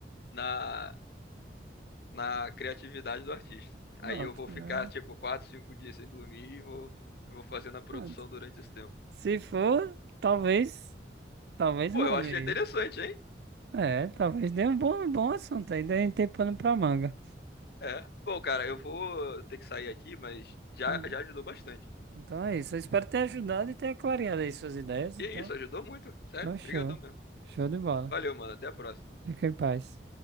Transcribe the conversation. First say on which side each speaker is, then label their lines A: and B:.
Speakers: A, on the left; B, on the right.
A: na, na criatividade do artista.
B: Pronto,
A: Aí eu vou
B: né?
A: ficar, tipo, quatro, cinco dias sem dormir e vou, eu vou fazendo a produção
B: Pronto.
A: durante esse tempo.
B: Se for, talvez, talvez
A: Pô,
B: role
A: eu achei
B: aí.
A: interessante, hein?
B: É, talvez dê um bom, um bom assunto aí, dê tem pano pra manga.
A: É. Bom, cara, eu vou ter que sair aqui, mas já,
B: Uhum.
A: já ajudou bastante.
B: Então é isso. Eu espero ter ajudado e ter clareado aí suas ideias.
A: E
B: Então,
A: é isso, ajudou muito. Sério,
B: então show.
A: brigadão mesmo.
B: Show de bola.
A: Valeu, mano. Até a próxima.
B: Fica em paz.